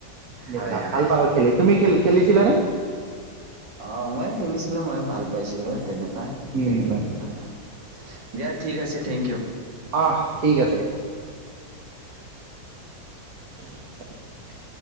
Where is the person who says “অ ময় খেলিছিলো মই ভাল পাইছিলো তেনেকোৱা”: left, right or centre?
Right